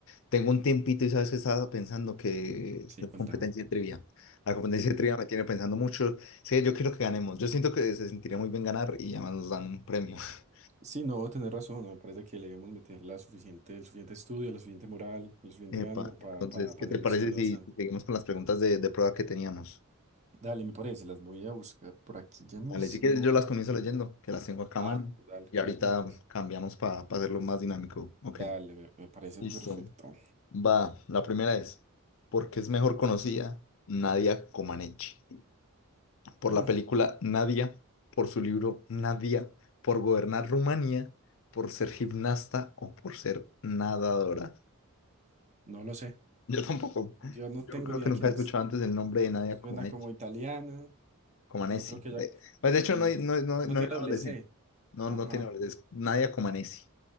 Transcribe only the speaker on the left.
tengo un tiempito y sabes que estaba pensando que
la
competencia de trivia, la competencia
de trivia me tiene pensando mucho. Sí, yo quiero que ganemos, yo siento que se sentiría muy bien ganar y además nos dan un premio. <laughs>
Epa,
entonces, ¿qué te
parece
si
si seguimos con las preguntas de, de prueba que teníamos?
Vale,
si quieres yo las comienzo leyendo, que las tengo acá
mal.
Y ahorita
cambiamos para hacerlo más dinámico. Ok.
Listo.
Va, la primera es, ¿por qué es mejor conocida Nadia Comaneci? Por
la película Nadia, por su libro Nadia, por gobernar Rumanía, por ser gimnasta o por ser nadadora.
<laughs> Yo tampoco.
Yo
creo
que
nunca
he
escuchado antes el nombre de Nadia
Comaneci.
Comaneci.
De,
pues de hecho
no
hay,
no, no, no hay
una
adolescente.
No,
no tiene adolescente. Nadia Comaneci.